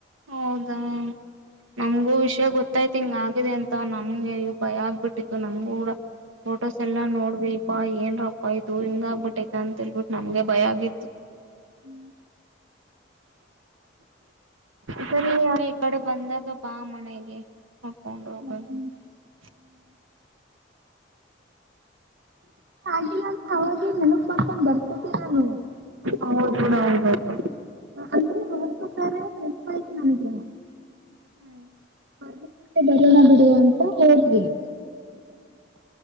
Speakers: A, on the right; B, on the right.
A: ಹೌದಾ? <inaudible> ನಮಗೂ ವಿಷಯ ಗೊತ್ತಾಯ್ತು ಹಿಂಗ ಆಗಿದೆ ಅಂತ ನಮಗೆ ಭಯ ಆಗ್ಬಿಟ್ಟಿತ್ತು ನಮಗೂ ಕೂಡ ಫೋಟೋಸ್ ಎಲ್ಲಾ ನೋಡ ರೀ ಪಾ ಏನ್ರಪ್ಪ ಏನ್ ರೂಪಾಆಯ್ು ಹಿಂಗ ಆಗ್ಬಿಟ್ಟೈತ ಅಂತೇಳ್ಬಿಟ್ಟು ನಮ್ಗೆ ಭಯ ಆಗಿತ್ತು.
B: ಹೂ
A: ಸರಿ ಆ ಈ ಕಡೆ ಬಂದಾಗ ಬಾ ಮನೆಗೆ, <inaudible> ಮೊಲ್ಕಂಡಲು.
B: ಮತ್ತ ಏನ್
A: <inaudible>
B: ಹಾಗಿಲ್ಲ ಅಂತಾ ಅವಾಗೆ ನೆನಪ ಮಾಡಕೊಂಡ್ ಬರದ ಕೊಟ್ಟಿದನ ಅಲ್ಲ. <inaudible>
A: ಹೌದ ಬಿಡ ಹೌದ ಹೌದ <inaudible>
B: ಅಂದ್ರೆ ಹೊರ ಪ್ರಕಾರ ನೆನಪ ಆಯ್ತ ನನಗೆ. <inaudible>
A: ಹ್ಮ್
B: ಮತ್ತೆ ಬರೋಣ ಬಿಡು ಅಂತ ಹೋದವಿ. <inaudible>